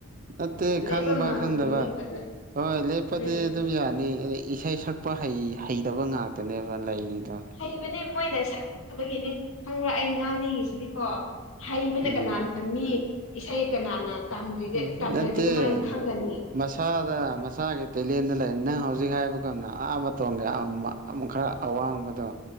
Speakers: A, on the right (about 40°); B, on the left (about 65°).
A: ꯅꯠꯇꯦ
B: ꯂꯦꯞꯄ
A: ꯈꯪꯕ
B: ꯃ
A: ꯈꯪꯗꯕ
B: ꯃꯤ ꯈꯛꯇ
A: ꯍꯣꯏ ꯂꯦꯞꯄꯗꯤ
B: ꯎꯝ
A: ꯑꯗꯨꯝ ꯌꯥꯅꯤ ꯑꯗ ꯏꯁꯩ ꯁꯛ ꯁꯛꯄ ꯍꯩ ꯍꯩꯔꯕ ꯉꯥꯛꯇꯅꯦꯕ ꯂꯩꯔꯤꯗꯣ꯫
B: ꯍꯩꯕꯅꯦ ꯃꯣꯏꯅ ꯁꯛꯇꯕꯒꯤꯅꯦ ꯈꯪꯕ꯭ꯔꯥ ꯑꯩ ꯉꯥꯡꯅꯤꯡꯉꯤꯁꯤꯗꯤꯀꯣ꯫ ꯍꯩꯕꯅꯦ
A: ꯎꯝ
B: ꯀꯅꯥꯅ ꯃꯤ ꯏꯁꯩ ꯀꯅꯥꯅ꯫ ꯇꯝꯕꯤꯗꯦ
A: ꯎꯝ
B: ꯇꯥꯝꯗꯔꯥꯗꯤ
A: ꯅꯠꯇꯦ
B: ꯀꯃꯥꯏꯅ ꯈꯪꯒꯅꯤ꯫
A: ꯃꯁꯥꯗ ꯃꯁꯥꯒꯤ ꯇꯦꯂꯦꯟꯗ ꯂꯩ ꯅꯪ ꯍꯧꯖꯤꯛ ꯍꯥꯏꯕꯒꯨꯝꯅ ꯑꯥ ꯃꯇꯣꯡꯒꯤ ꯑꯃ ꯑꯃ ꯈꯔ ꯑꯋꯥꯡꯕꯗꯣ